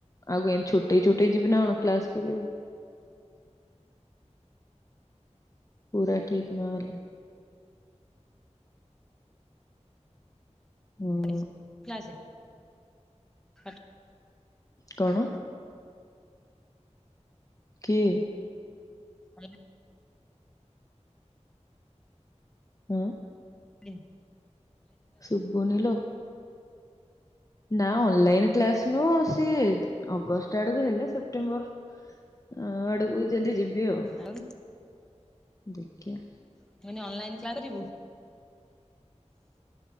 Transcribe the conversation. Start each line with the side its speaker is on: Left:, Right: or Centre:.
Left: ଆଉ କେମ୍ ଛୋଟେଇ ଛୋଟେଇ ଯିବି ଅଣ କ୍ଲାସ୍ କରିଆଉ। ପୁରା ଠିକ୍ ନହେଲେ
Centre: <unintelligible>
Left: ହୁଁ।
Centre: କ୍ଲାସେ ପା <unintelligible>
Left: କଣ
Centre: ଠ
Left: କିଏ?
Centre: <unintelligible>
Left: ହୁଁ।
Centre: ପ୍ଲେ
Left: ଶୁବୁନିଲୋ। ନା ଅନଲାଇନ୍ କ୍ଲାସ ନୁହଁ ସିଏ ଅଗଷ୍ଟ ଆଡ଼କୁ ହେଲେ ସେପ୍ଟେମ୍ବର ହଁ ଆଡ଼କୁ ଯଦି ଯିବି ଆଉ।
Centre: ଆଉ।
Left: ଦେଖିଆ।
Centre: ମୁଁ କହିନି ଅନଲାଇନ୍ କ୍ଲାସ କରିବୁ?